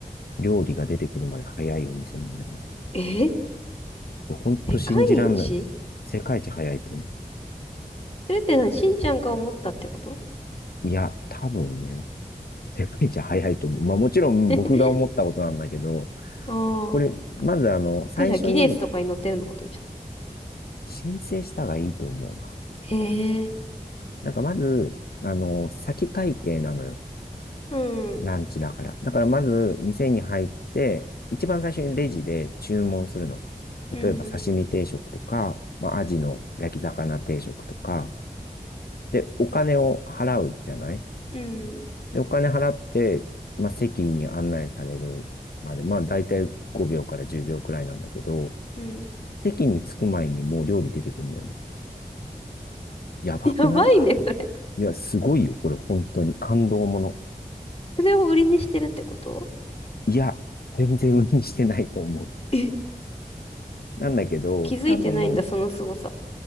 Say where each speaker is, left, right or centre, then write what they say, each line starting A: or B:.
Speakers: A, on the left; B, on the left.
A: 料理が出てくるまで早いお店なんだよね。
B: え
A: 本当信じらんない。
B: 世界一
A: 世界一早いと思
B: それって何しんちゃんが思ったってこと
A: う。いや、多分ね、世界一早いと思う。まあもちろん僕が思ったことなんだけど、
B: <laughs> ああ。
A: これ、まずあの、
B: びっくりした。
A: 最初に
B: ギネスとかに載ってるのかと思っちゃった。
A: 申請した方がいいと思うな。
B: へえ。
A: なんかまず、あの、先会計なのよ。
B: うん、うん、
A: ランチだから。だからまず、店に入って、一番最初にレジで注文するの。
B: うん、
A: 例えば、刺身定食とか、まあ、アジの焼き魚定食とか。で、お金を払うじゃない
B: うん、
A: で、お金払って、まあ、席に案内されるまで、まあ、だいたい5秒から10秒くらいなんだけど、
B: うん。
A: 席に着く前にもう料理出てくるんだよね。やばくない
B: やばいね、それ。
A: いや、すごいよ。これ本当に感動もの。
B: それを売りにしてるってこと
A: いや、全然売りにしてないと思う。
B: え
A: なんだけど、
B: 気づいてないんだ、
A: 多分、
B: その凄さ。